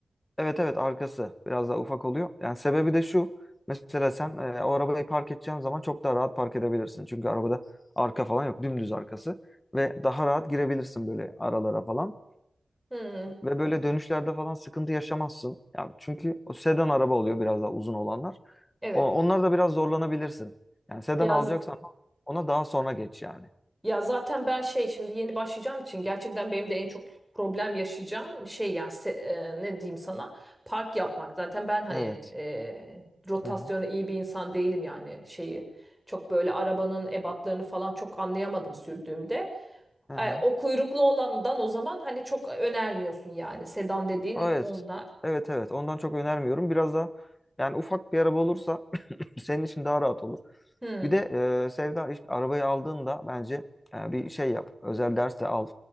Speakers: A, on the left; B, in the centre.
A: evet evet arkası biraz daha ufak oluyor. Yani sebebi de şu. Mesela sen e, o arabayı park edeceğin zaman çok daha rahat park edebilirsin. Çünkü arabada arka falan yok. Dümdüz arkası ve daha rahat girebilirsin böyle aralara falan.
B: Hmm.
A: Ve böyle dönüşlerde falan sıkıntı yaşamazsın. Ya çünkü o sedan araba oluyor biraz daha uzun olanlar.
B: Evet.
A: O, onlar da biraz zorlanabilirsin. Yani sedan
B: Ya
A: alacaksan ona daha sonra geç yani.
B: Ya zaten ben şey şimdi yeni başlayacağım için gerçekten benim de en çok problem yaşayacağım şey yani se- e, ne diyeyim sana park yapmak. Zaten ben hani
A: Evet.
B: e, rotasyonu
A: Hı hı.
B: iyi bir insan değilim yani şeyi çok böyle arabanın ebatlarını falan çok anlayamadım sürdüğümde.
A: Hı
B: E,
A: hı.
B: o kuyruklu olandan o zaman hani çok önermiyorsun yani sedan dediğin
A: Evet.
B: onlar.
A: Evet evet. Ondan çok önermiyorum. Biraz daha yani ufak bir araba olursa <clears throat> senin için daha rahat olur.
B: Hmm,
A: Bir de e, Sevda ilk arabayı aldığında bence e, bir şey yap. Özel ders de al.